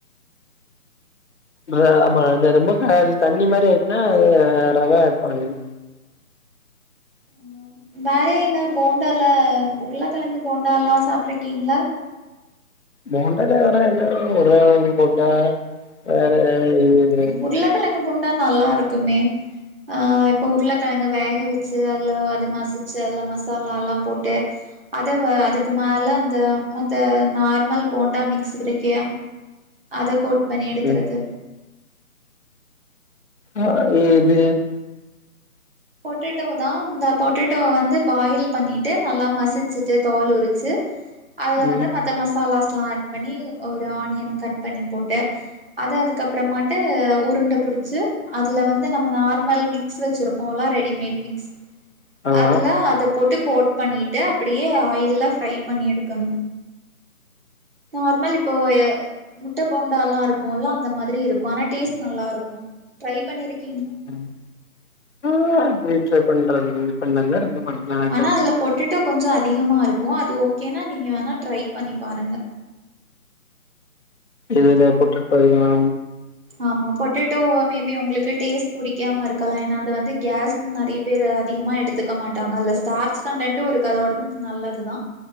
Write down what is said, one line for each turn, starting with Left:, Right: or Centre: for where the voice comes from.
Left: மா ஆமா அது ரொம்ப க த தண்ணி மாரி ஆயிட்னா அ ரவா ஆட் பண்ணணு
Right: ம் வேற என்ன போண்டால உருளக்கழங்கு போண்டாலல்லா சாப்ட்ருக்கீங்களா
Left: போண்டால்ல வேற என்ன உரு போன்டா வேற இது
Right: உருளக்கெழங்கு போண்டா நல்லாருக்குமே அ இப்ப உருளக்கெழங்கு வேக வச்சு அதுல அது மசிச்சு அதுல மசாலால்லா போட்டு அத அதுக்கு மேல இந்த மத்த நார்மல் போண்டா மிக்ஸ் இருக்கே அத கோட் பன்னி எடுக்குறது
Left: ம் ஆ எது
Right: பொட்டேட்டோ தா இந்த பொட்டேட்டோ வந்து பாயில் பண்ணிட்டு நல்லா மசிச்சுட்டு தோல் உரிச்சு அதுல
Left: ம்
Right: வந்து மத்த மசாலாஸ்லா ஆட் பண்ணி ஒரு ஆனியன் கட் பண்ணி போட்டு அத அதுக்கப்புறமாட்டு உருண்ட புடிச்சு அது வந்து நம்ம நார்மல் மிக்ஸ் வச்சுருப் போல ரெடிமேட் மிக்ஸ்
Left: ஆமா
Right: அதுல அத போட்டு கோட் பண்ணிட்டு அப்படியே ஆயில்ல ஃரை பண்ணி எடுக்கணு நார்மல் இப்போ எ முட்ட போண்டால்லா இருக்குல்ல அந்த மாதிரி இருக்கு ஆனா டேஸ்ட் நல் லாருக்கு ட்ரை பண்ணிருக்கி
Left: ம் ஆ வீட்ல பண்ற இது பண்ணல பண்ண
Right: ஆனா
Left: தெர்ல
Right: அதுல பொட்டடோ கொஞ்ச அதிகமா இருக் க்கு அது ஓகேனா நீங்க வேணா ட்ரை பண்ணி பாருங்க
Left: எதுல பொட்டடோலயா
Right: ஆமா பொட்டேட்டோ மேபி உங்களுக்கு டேஸ்ட் புடிக்காம இருக்கலா ஏன்னா அது வந்து கேஸ் நெறைய பேரு அதிகமா எடுத்துக்க மாட்டாங்கல்ல ஸ்டார்ச் கன்டன்டு இருக்கு அது ஒடம்புக்கு நல்லதுதா